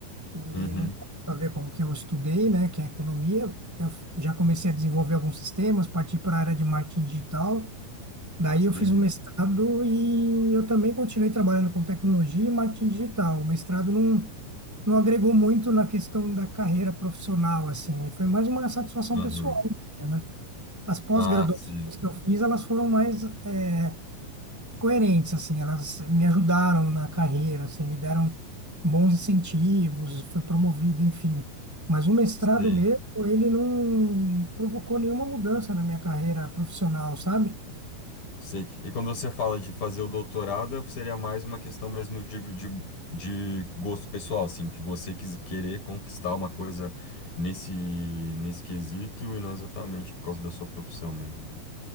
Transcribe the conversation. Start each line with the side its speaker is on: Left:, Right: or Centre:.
Centre: e
Left: Uhum.
Centre: não tinha muito a ver com o que eu estudei, né, que é economia. Eu f- já comecei a desenvolver alguns sistemas, parti para a área de marketing digital. Daí
Left: Sim.
Centre: eu fiz um mestrado e eu também continuei trabalhando com tecnologia e marketing digital. O mestrado não, não agregou muito na questão da carreira profissional, assim, foi mais uma satisfação
Left: Uhum.
Centre: pessoal minha, né? As pós-graduações
Left: Ah, sim.
Centre: que eu fiz, elas foram mais é, coerentes, assim, elas me ajudaram na carreira, assim, me deram bons incentivos, fui promovido, enfim. Mas o mestrado
Left: Sim.
Centre: mesmo, ele não provocou nenhuma mudança na minha carreira profissional, sabe?
Left: Sim. E quando você fala de fazer o doutorado, seria mais uma questão mesmo de, de, de gosto pessoal, assim, de você quis- querer conquistar uma coisa nesse, nesse quesito e não exatamente por causa da sua profissão mesmo. né?